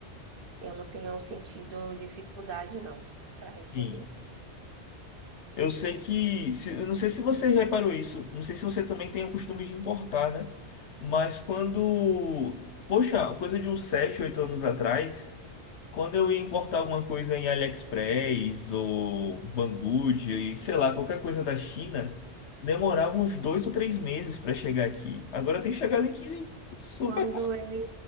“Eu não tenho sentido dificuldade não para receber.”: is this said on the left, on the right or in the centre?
Right